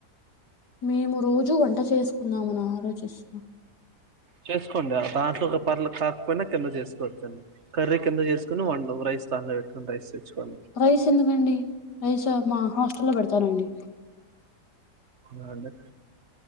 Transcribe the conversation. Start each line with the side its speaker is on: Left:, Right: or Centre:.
Left: మేము రోజూ వంట చేస్కుందామని ఆలోచిస్
Right: చేస్కోండి ఆ దాంట్లో ఒక పర్లు కాకపోయినా కింద చేసుకోవచ్చ అండి కర్రీ కింద చేస్కుని వండవు రైస్ తాన్లో పెట్ మనం రైస్ తెచ్చుకోవాలి
Left: రైస్ ఎందుకండి రైస్ ఆ మా హాస్టల్ లో పెడతనండి
Right: ఆ అండి